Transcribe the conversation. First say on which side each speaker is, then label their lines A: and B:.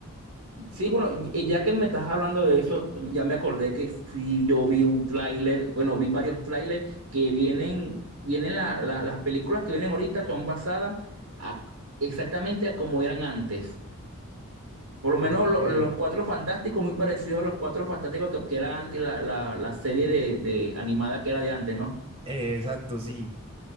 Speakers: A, on the right; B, on the right.
A: Sí, bueno, y- ya que me estás hablando de eso, ya me acordé que sí yo vi un tráiler, bueno, vi varios tráilers que vienen, vienen la- la- las películas que vienen ahorita son basadas a- exactamente a como eran antes. Por lo menos
B: Ok.
A: lo-
B: Eh,
A: los Cuatro Fantásticos, muy parecido a los Cuatro Fantásticos que, que era antes la, la, la serie de, de animada que era de antes, ¿no?
B: exacto, sí.